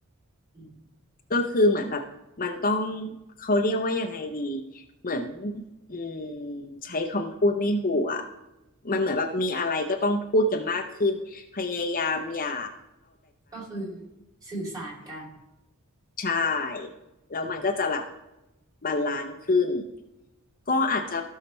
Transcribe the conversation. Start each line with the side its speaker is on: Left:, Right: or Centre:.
Right: อืม
Left: ก็คือเหมือนแบบมันต้องเขาเรียกว่ายังไงดีเหมือนอืมใช้คำพูดไม่ถูกอ่ะมันเหมือนแบบมีอะไรก็ต้องพูดกันมากขึ้นพยายามอย่า
Right: ก็คือสื่อสารกัน
Left: ใช่แล้วมันก็จะแบบ
Right: อืม
Left: บาลานซ์ขึ้นก็อาจจะ